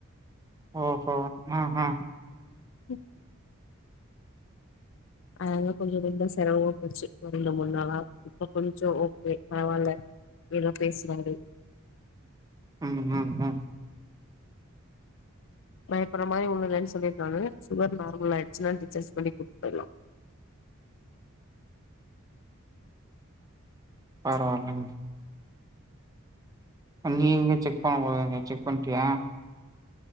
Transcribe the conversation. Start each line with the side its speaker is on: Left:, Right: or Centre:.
Right: ஓ ஹோ ம் ம்
Left: <inaudible> அதானல தா கொஞ்ச ரெம்ப செரமமா போச்சு ரெண்டு முன்னாளா இப்ப கொஞ்சோ ஓகே பரவால்ல எதோ பேசுறாறு
Right: ம் ம் ம்
Left: பயப்பட்ற மாரி ஒன்னு இல்லன்னு சொல்லிருக்காங்க சுகர் நார்மல் ஆயிச்சுன்னா டிஸ்சார்ஜ் பண்ணி கூட்டு போயிருலா
Right: பரவாயில்ல நீ எங்கயோ செக் பண்ண போறேன்னியே செக் பண்ணிட்டியா